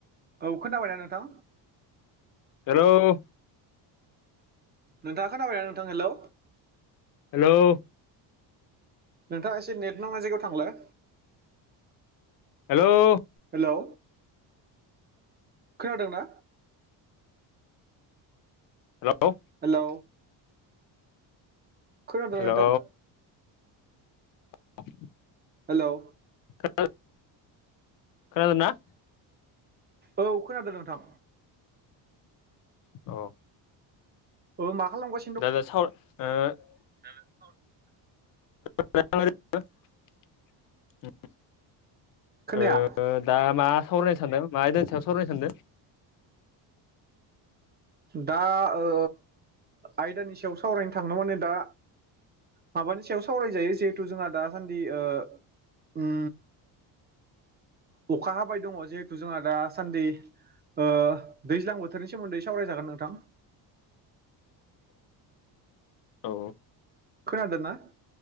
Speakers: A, on the right; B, on the left.
A: औ खोन्थाबायना नोंथां?
B: हेलौ।
A: नोंथाङा खोनाबायना नोंथां? हेलौ।
B: हेलौ।
A: नोंथाङा एसे नेट नांनाय जायगायाव थांलाय।
B: हेलौ।
A: हेलौ खोनादोंना?
B: Hello
A: hello. खोनादोंना
B: हेलौ
A: नोंथां?
B: <inaudible>
A: हेलौ
B: <unintelligible> खोनादोंना?
A: औ खोनादों नोंथां।
B: अ
A: औ मा खालामबाय
B: <unintelligible>
A: <inaudible>
B: <unintelligible>
A: खोनाया
B: ओ दा मा सावरायनो सानदों? मा आयदानि सायाव सावरायनो सान्दों?
A: दा ओ आयदानि सायाव सावरायनो थांनो माने दा माबानि सायाव सावरायजायो जिहेथु जोंहा दासान्दि ओ उम ओ अखा हाबाय दङ जे जोंहा दासान्दि। ओ दैज्लां बोथोरनि सोमोन्दै सावरायजागोन नोंथां।
B: औ
A: खोनादों ना?